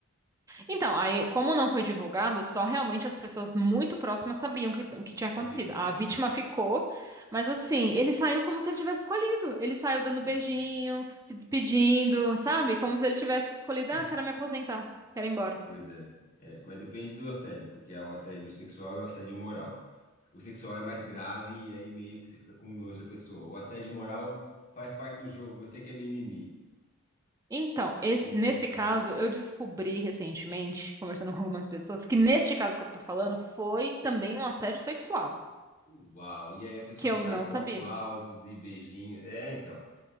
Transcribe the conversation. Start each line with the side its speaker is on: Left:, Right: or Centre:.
Right: Então, aí, como não foi divulgado, só realmente as pessoas muito próximas sabiam o que, o que tinha
Left: Sabia?
Right: acontecido. A
Left: Sim.
Right: vítima ficou, mas assim, ele saiu como se ele tivesse escolhido. Ele saiu dando
Left: É.
Right: beijinho, se despedindo, sabe? Como se ele tivesse escolhido,
Left: Não.
Right: ah, quero me aposentar, quero ir embora.
Left: Pois é. É, mas depende do assédio, porque há o assédio sexual e o assédio moral. O sexual é mais grave e aí meio que você fica com nojo da pessoa. O assédio moral faz parte do jogo, você que é mimimi,
Right: Então, esse,
Left: tem
Right: nesse
Left: de aguentar
Right: caso,
Left: a dureza.
Right: eu descobri recentemente, conversando com algumas pessoas, que neste caso que eu tô falando foi também um assédio sexual,
Left: Uau! E aí a pessoa
Right: que eu
Left: sai
Right: não
Left: com
Right: sabia.
Left: aplausos e beijinhos. É, então,